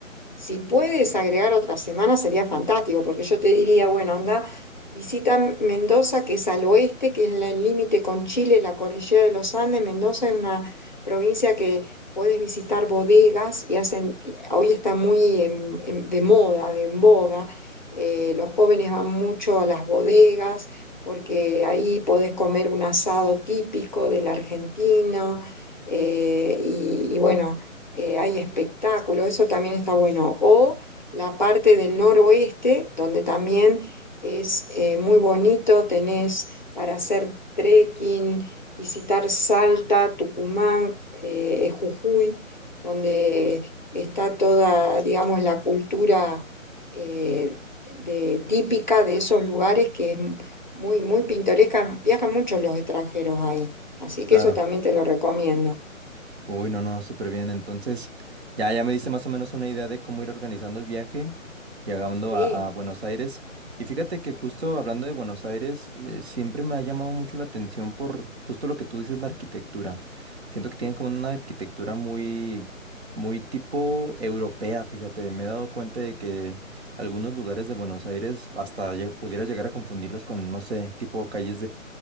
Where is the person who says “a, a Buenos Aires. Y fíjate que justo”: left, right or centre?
Right